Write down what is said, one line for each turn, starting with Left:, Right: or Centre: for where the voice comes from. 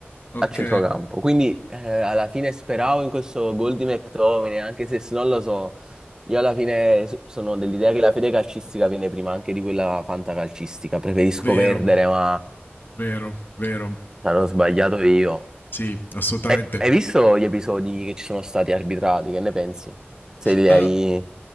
Left: ok
Right: a centrocampo. Quindi eh, alla fine speravo in questo gol di McTominay, anche se s- non lo so. Io alla fine so- sono dell'idea che la fede calcistica viene prima anche di quella fantacalcistica. Preferisco
Left: vero
Right: perdere, ma
Left: vero vero
Right: sarò sbagliato io.
Left: Sì, assolutamente.
Right: Eh, hai visto gli episodi che ci sono stati arbitrati? Che ne pensi? Se li
Left: Uh,
Right: hai...